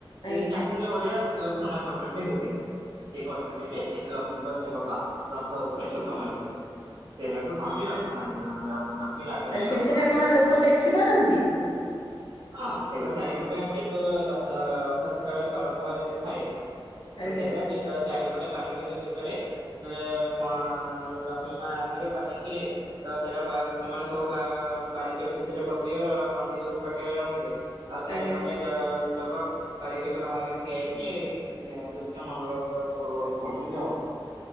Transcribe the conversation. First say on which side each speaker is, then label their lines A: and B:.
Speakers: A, on the left; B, on the right.
A: ଆଜ୍ଞା।
B: ଏଇ ଚାଖରେ ବଢିଆ। ସନା କଟର ହେଇଥିବ। ସେ କଟରୀରେ ସେ ଲକ୍ଷ୍ମୀଙ୍କ ସେବକ ରଥ ଉପରେ ଛୋଟ ମାରିବେ ଚେରାକୁ ଖାଆନ୍ତି ରଥ
A: ଆ
B: ଫା ଲକ୍ଷ୍ମୀ ରାଗରେ
A: ଆଚ୍ଛା
B: ରଥ
A: ସେଟା
B: ଭାଙ୍ଗନ୍ତି।
A: କଣ ଲୋକ ଦେଖିପାରନ୍ତି?
B: ହଁ ସେଟା ଚାରିପଟେ ଯେ ର ରଥ ସେତେବେଳେ ଶରଧା ବାାରରେ ଥାଏ ତ
A: ଆଜ୍ଞା
B: ସେଇଟା ଯେତେବେଳେ ଚାରି ଗୋଟେ ବାରିକେଟେ ଭିତରେ ଯେତେବେଳେ ପଁ ଆମର ଲକ୍ଷ୍ମୀ ମା ଆସିବେ ପାଲିଙ୍କିରେ ତ ସେ ସେମାନେ ସବୁ ବା ବାରିକେଡ ଭିତରେ ପଶିବେ ନନ୍ଦିଘୋଷ ପାଖରେ ରହିବେ। ଆଉ ଚାରିପଟେ
A: ଆଜ୍ଞା
B: ଲୋକ ବାରିକେଟେ ବାହାରେ ଠିଆ ହେଇ କି ଇଁ ଦ୍ରୁଶ୍ୟ ମନଲଭ କରିଥିବ ଆଉ